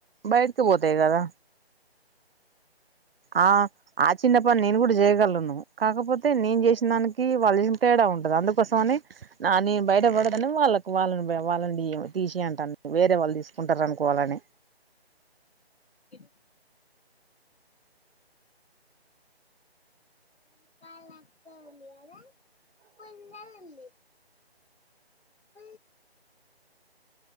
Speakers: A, on the right; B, on the left.
A: బై తు పోతే కదా ఆ ది చిన్న పని నేను కూడా చేయగలను కాకపోతే నేను చేసిన దానికి వాళ్ళు చేసిన తెడా ఉంటుంది అందుకోసమని నా ని బయట పడ ని వాళ్ళకు వాళ్ళని వాళ్ళని తీసిే అంటా వేరే వాళ్ళు తీసుకుంటారు అనుకోవాలని
B: ఇ <unintelligible> ఇంకా త ఉంది అదే పిల్లలు ఉంది <unintelligible> ప